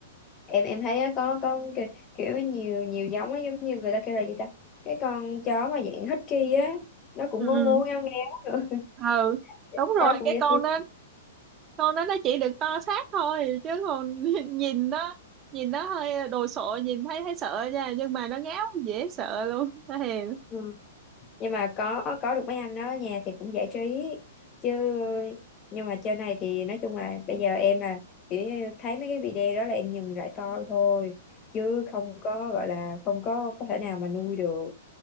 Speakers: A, on the left; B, on the right.
A: em em thấy á, có có kiểu, kiểu nhiều nhiều giống á, giống như người ta kêu là gì ta cái con chó mà dạng husky á nó cũng
B: ừ
A: ngu
B: ừ
A: ngu ngao ngao nữa
B: ừ
A: <laughs>
B: đúng rồi
A: con nó cũng
B: cái
A: dễ
B: con
A: thương
B: đó con đó nó chỉ được to xác thôi chứ còn <laughs> nhìn nó nhìn nó hơi đồ sộ nhìn thấy thấy sợ nha nhưng mà nó ngáo dễ sợ luôn nó hiền
A: ừ. nhưng mà có có được mấy anh đó ở nhà thì cũng giải trí chứ nhưng mà trên này thì nói chung là bây giờ em là kiểu như thấy mấy cái video đó là em dừng lại coi thôi chứ không có gọi là không có có thể nào mà nuôi được